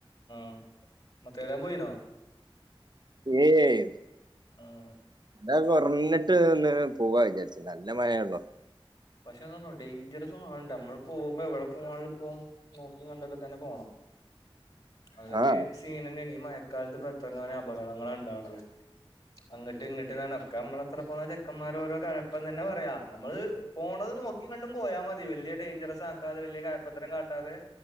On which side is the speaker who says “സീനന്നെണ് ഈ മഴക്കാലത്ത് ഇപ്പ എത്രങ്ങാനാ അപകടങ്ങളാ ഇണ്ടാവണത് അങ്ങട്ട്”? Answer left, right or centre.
Left